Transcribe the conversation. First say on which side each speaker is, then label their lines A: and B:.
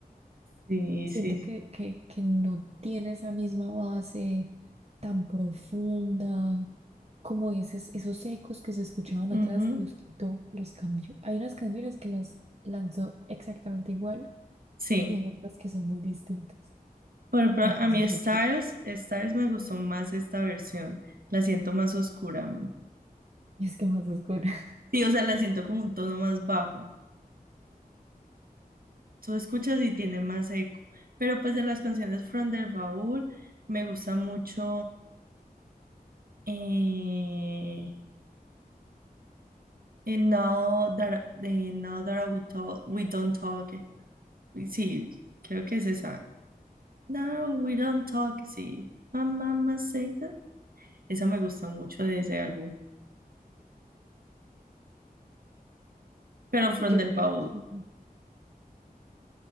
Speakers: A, on the right; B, on the right.
A: Sí,
B: siento
A: sí, sí.
B: que, que, que no tiene esa misma base tan profunda, como esos, esos ecos que se escuchaban
A: Ujú.
B: atrás, los quitó, los cambió. Hay unas canciones que las lanzó exactamente igual
A: Sí.
B: y hay otras que son muy distintas.
A: Por ejemplo,
B: Entonces,
A: a mí
B: de
A: Styles,
B: hecho,
A: Styles me gustó más esta versión. La siento más oscura.
B: es que más oscura,
A: Sí, o sea, la siento como un tono más bajo. tú escuchas y tiene más eco. Pero pues de las canciones From the Vault me gusta mucho eh, eh, Now That, de Now That We Talk, We Don't Talk. Uy, Sí, creo que es esa. Now We Don't Talk, sí. My mama say that. Esa me gusta mucho de ese álbum. Pero
B: <laughs>
A: From
B: yo
A: the
B: creo.
A: Vault
B: que-